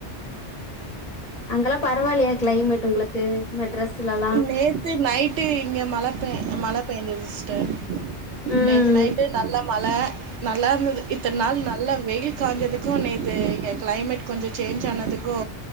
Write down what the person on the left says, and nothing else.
அங்கல்லா பரவாயில்லயா கிளைமேட் உங்களுக்கு மெட்ராஸ்லல்
ம்